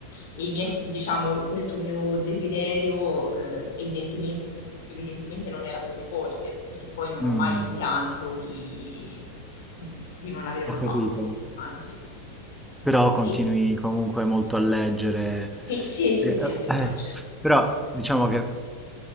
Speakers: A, on the left; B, in the centre.
A: e i miei, diciamo, questo mio desiderio eh, evidentemen- evidentemente, non era così forte, perché poi non ho
B: Mm,
A: mai rimpianto di, di non averlo
B: ho capito.
A: fatto, anzi,
B: però continui
A: Ti-
B: comunque molto a leggere.
A: sì, sì, sì,
B: Eh,
A: sì,
B: eh,
A: a me piace.
B: Però diciamo che